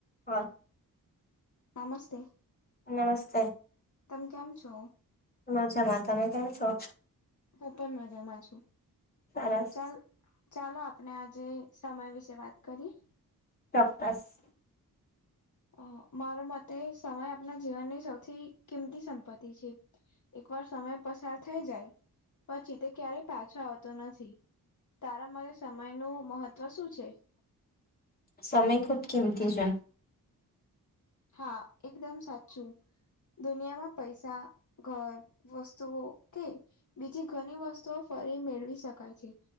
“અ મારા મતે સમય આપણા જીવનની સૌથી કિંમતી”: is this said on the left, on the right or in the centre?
Left